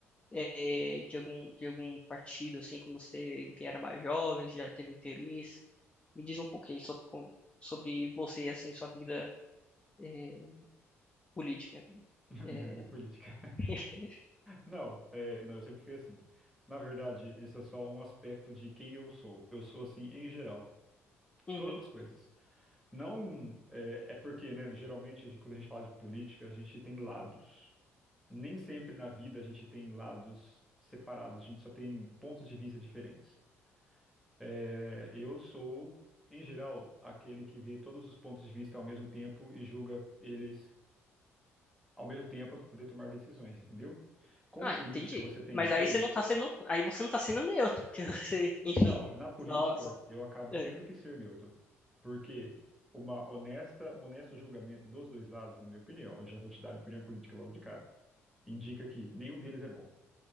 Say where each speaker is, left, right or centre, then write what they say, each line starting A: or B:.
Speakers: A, on the left (about 15°); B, in the centre.
A: é, de algum de algum partido assim, quando você enfim, era mais jovem, já teve interesse? Me diz um pouquinho sobre como- sobre você assim, sua vida é, política.
B: <laughs> na
A: É,
B: minha vida política.
A: <laughs>
B: Não, é, não, eu sempre fui assim. Na verdade, isso é só um aspecto de quem eu sou. Eu sou assim em geral.
A: uhum,
B: Todas as coisas. Não é, é porque, né? Geralmente, a gente- quando a gente fala de política, a gente tem lados. Nem sempre na vida a gente tem lados separados, a gente só tem pontos de vista diferentes. É, eu sou, em geral, aquele que vê todos os pontos de vista ao mesmo tempo e julga eles ao mesmo tempo para poder tomar decisões, entendeu? Com
A: Ah,
B: política,
A: entendi.
B: você tem
A: Mas
B: dois.
A: aí você não tá sendo. Aí você não tá sendo neutro, porque <laughs> você, enfim,
B: Não, na política
A: só, só.
B: eu acabo
A: é,
B: tendo que ser neutro, porque uma honesta, um honesto julgamento dos dois lados, na minha opinião, eu já vou te dar a opinião política logo de cara, indica que nenhum deles é bom.